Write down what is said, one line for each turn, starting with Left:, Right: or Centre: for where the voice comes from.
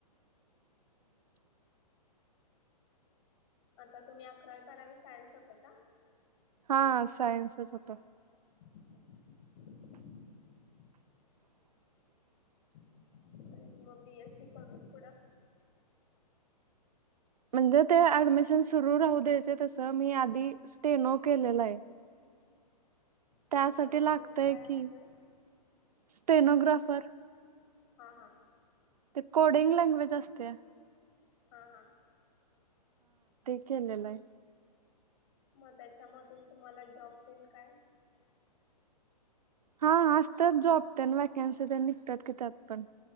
Right: <inaudible>
Left: आता तुम्ही अकरावी, बारावी सायन्स होत का?
Right: हा सायन्सच होत.
Left: हम्म.
Right: <inaudible>
Left: आणि मग बी एस सी करून पुढं.
Right: म्हणजे ते ऍडमिशन सुरू राहू द्यायचंय तसं मी आधी स्टेनो केलेलं आहे.
Left: अच्छा
Right: त्यासाठी
Left: म्हणजे
Right: लागतय
Left: काय
Right: की
Left: असतं
Right: स्टेनोग्राफर
Left: हा हा.
Right: ते कोडिंग लँग्वेज असते.
Left: हा हा.
Right: केलेलाय.
Left: मग त्याच्यामधून तुम्हाला जॉब देईन काय?
Right: हा असतात जॉब त्या वॅकन्सी ते निघतात की त्यात पण.